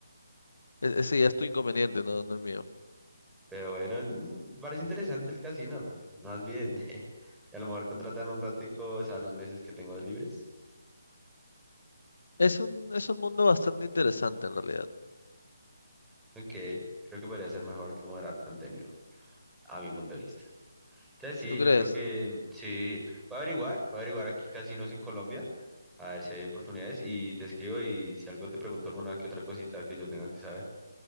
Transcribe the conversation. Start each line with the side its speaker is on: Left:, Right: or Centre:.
Left: es- ese ya es tu inconveniente, no, no el mío.
Centre: <laughs> pero bueno, mm, parece interesante el casino, más bien, <laughs> a lo mejor contratan un ratico, o sea, los meses que tengo libres,
Left: Es un, es un mundo bastante interesante en realidad.
Centre: ok, creo que podría ser mejor que moderar contenido, a mi punto de vista. Entonces sí,
Left: ¿Tú crees?
Centre: yo creo que mm, sí. Voy a averiguar, voy a averiguar aquí casinos en Colombia, a ver si hay oportunidades y te escribo y si algo te pregunto alguna que otra cosita que yo tenga que saber.